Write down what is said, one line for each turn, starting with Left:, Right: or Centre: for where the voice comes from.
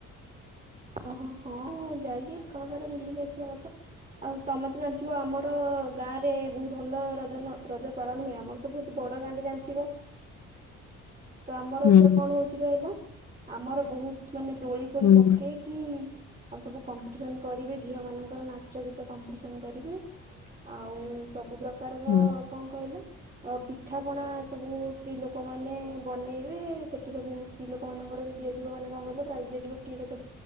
Right: ଓହ ହୋ ହଁ ଯାଇକି ଏକା ଥରେ ବୁଲିକି ଆସିବା କଥା। ଆଉ ତମେ ତ ଜାଣିଥିବ ଆମର ଗାଁରେ ବହୁତ୍ ଭଲ ରଜନ ରଜ ପାଳନ ହୁଏ ଆମର। ତ ବହୁତ୍ ବଡ଼ ଗାଁ ଟେ ଜାଣିଥିବ?
Left: <inaudible>
Right: ତ ଆମର
Left: ହୁଁ
Right: ଏଥର କଣ ହଉଚି କହିଲ ଆମର ବହୁତ ମାନେ ଦୋଳି ଫୋଳି
Left: ହୁଁ
Right: ପକେଇକି ଆଉ ସବୁ କମ୍ପିଟିସନ କରିବେ ଝିଅ ମାନଙ୍କର ନାଚ ଗୀତ କମ୍ପିଟିସନ କରିବେ। ଆଉ ସବୁ ପ୍ରକାରର
Left: ହୁଁ।
Right: କଂ କହିଲ? ଆଉ ପିଠାପଣା ସବୁ ସ୍ତ୍ରୀ ଲୋକମାନେ ବନେଇବେ ସେଠି ସବୁ ସ୍ତ୍ରୀ ଲୋକ ଲୋକମାନଙ୍କର ବି ଦିଆଯିବ ମାନ କଣ କହିଲ ପ୍ରିଇଜ ଦିଆଯିବ କିଏ କେତ